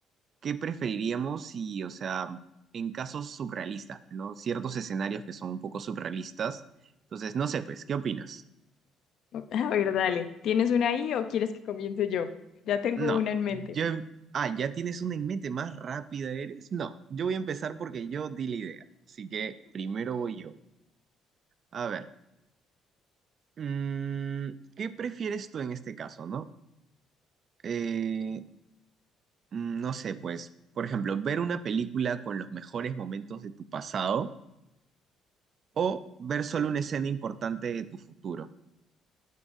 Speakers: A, on the right; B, on the left.
A: ¿qué preferiríamos si, o sea, en casos surrealistas, ¿no? Ciertos escenarios que son un poco surrealistas. Entonces, no sé, pues, ¿qué opinas?
B: <laughs> A ver, dale, ¿tienes una ahí o quieres que comience yo? Ya tengo
A: No,
B: una en mente.
A: yo... Ah, ¿ya tienes una en mente? ¿Más rápida eres? No, yo voy a empezar porque yo di la idea. Así que primero voy yo. A ver, mm, ¿qué prefieres tú en este caso, no? Eh, mm, no sé, pues, por ejemplo, ver una película con los mejores momentos de tu pasado o ver solo una escena importante de tu futuro.